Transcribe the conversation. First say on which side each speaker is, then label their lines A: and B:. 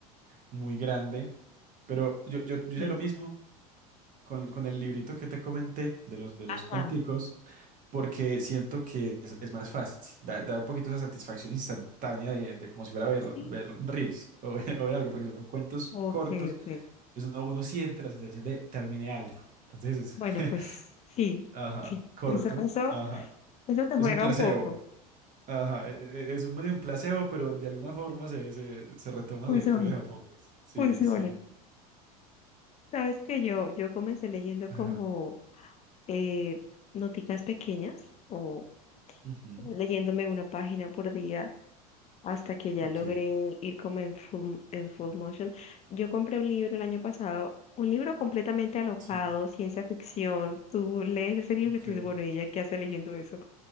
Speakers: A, on the right; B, on the left.
A: muy grande. Pero yo, yo, yo
B: sí.
A: hice lo mismo con, con el librito que te comenté de los, de
B: Ajá,
A: los cuenticos, porque siento que es, es más fácil, da, da un poquito esa satisfacción instantánea de, de como si fuera ver,
B: sí.
A: ver reels o, <laughs> ver o ver algo, porque son cuentos
B: Ok,
A: cortos,
B: ok.
A: entonces uno, uno siente la sensación de terminé algo. Entonces,
B: Bueno,
A: <laughs>
B: pues sí,
A: Ajá, corto,
B: eso, eso,
A: ajá.
B: eso te
A: Es
B: juega
A: un placebo,
B: un poco.
A: ajá. e- e- Es un, medio un placebo, pero de alguna forma se, se, se retoman
B: Funciona,
A: lecturas a pocos. Sí,
B: funciona.
A: sí.
B: Sabes que yo, yo comencé leyendo
A: Ajá.
B: como eh, noticas pequeñas o
A: ujú,
B: leyéndome una página por día hasta que ya
A: Ok,
B: logré ir como en full, en full motion. Yo compré un libro el año pasado, un libro completamente alocado,
A: sí,
B: ciencia ficción. Tú lees ese libro
A: ok.
B: y te dices, bueno, ¿y ella qué hace leyendo eso?